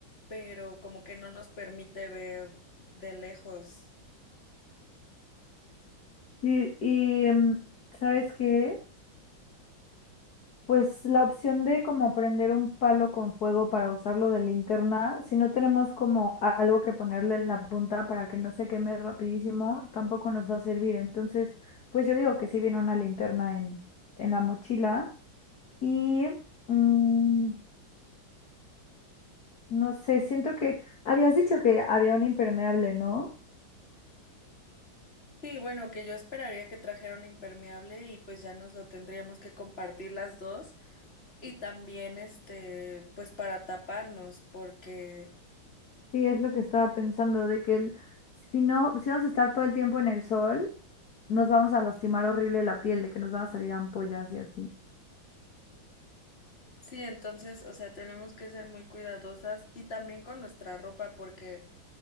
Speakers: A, on the left; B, on the left.
A: pero como que no nos permite ver de lejos.
B: Y, y, em, ¿sabes qué? Pues la opción de como prender un palo con fuego para usarlo de linterna, si no tenemos como algo que ponerle en la punta para que no se queme rapidísimo, tampoco nos va a servir. Entonces, pues yo digo que sí viene una linterna en, en la mochila y mm, no sé, siento que habías dicho que había un impermeable, ¿no?
A: Sí, bueno, que yo esperaría que trajera un impermeable y pues ya nos lo tendríamos que compartir las dos. Y también, este, pues para taparnos, porque
B: Sí, es lo que estaba pensando, de que el- si no, si vamos a estar todo el tiempo en el sol, nos vamos a lastimar horrible la piel, de que nos van a salir ampollas y así.
A: sí, entonces, o sea, tenemos que ser muy cuidadosas y también con nuestra ropa, porque